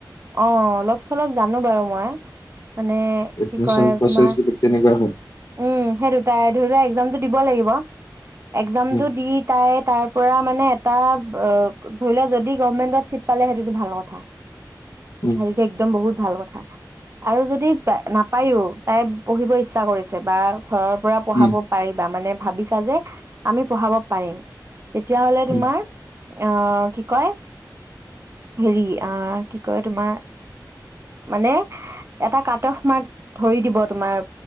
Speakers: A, on the right (about 40°); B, on the left (about 60°).
A: অ', অলপ চলপ জানো বাৰু মই। মানে
B: এডমিচন
A: কি কয়
B: প্ৰচেছ
A: তোমাৰ,
B: বিলাক কেনেকুৱা হয়?
A: উম সেই দুটাই ধৰি লোৱা জামটো দিব লাগিব এক্জামটো
B: উম
A: দি তাই তাৰ পৰা মানে এটা অ ধৰি লোৱা যদি গভমেন্টত চিট পালে সেইটোতো ভাল কথা।
B: উম
A: সেহেতি যে একদম বহুত ভাল কথা। আৰু যদি নাপায়ো, তাই পঢ়িব ইচ্ছা কৰিছে বা ঘৰৰ পৰা
B: উম
A: পঢ়াব পাৰিবা, মানে ভাবিছা যে, আমি পঢ়াব পাৰিম। তেতিয়াহলে তোমাৰ
B: উম
A: আহ কি কয় হেৰি আহ কি কয় তোমাৰ মানে এটা কাট অফ মাৰ্ক ধৰি দিব তোমাৰ